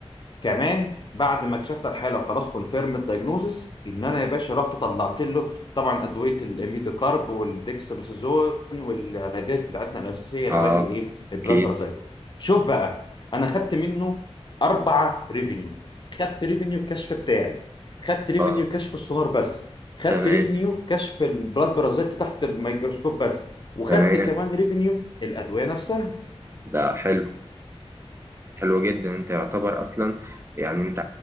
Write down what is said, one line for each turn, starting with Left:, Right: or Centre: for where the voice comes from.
Left: كمان بعد ما اكتشفت الحاله وخلاص كونفيرم الدايجنوزس ان انا يا باشا رحت طلعت له طبعا ادويه الميدوكارب والديكساميثازون والعلاجات بتاعتنا الاساسيه العلاج
Right: اه
Left: الايه البلاد
Right: اكيد
Left: بارازايت شوف بقى انا خدت منه اربعه ريفينيو خدت ريفينيو الكشف بتاعي خدت ريفينيو
Right: اه
Left: كشف السونار بس خدت
Right: تمام
Left: ريفينيو كشف البلاد بارازايت تحت الميكروسكوب بس وخدت
Right: تمام
Left: كمان ريفينيو الادويه نفسها
Right: ده حلو حلوة جدا انت يعتبر اصلا يعني انت